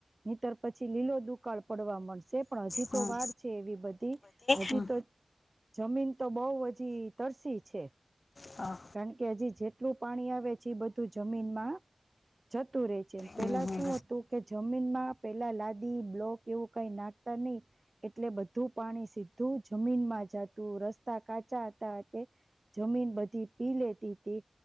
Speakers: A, on the right; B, on the left.
A: નીતર પછી લીલો દુકાળ પડવા મળશે. છે પણ હજી
B: હમ
A: તો વાર છે એવી બધી હજી
B: હમ
A: તો જમીન તો બઉ હજી તરસી છે.
B: હા
A: કારણ કે હજી જેટલું પાણી આવે છે એ બધું જમીનમાં જતું રહેે છે. પેલા
B: હમ હમ
A: શું હતું કે જમીનમાં પેલા લાદી બ્લોક એવું કઈ નાખતા નહી એટલે બધું પાણી સીધું જમીનમાં જાતું રસ્તા કાચા હતા તે જમીન બધી પી લેતી હતી.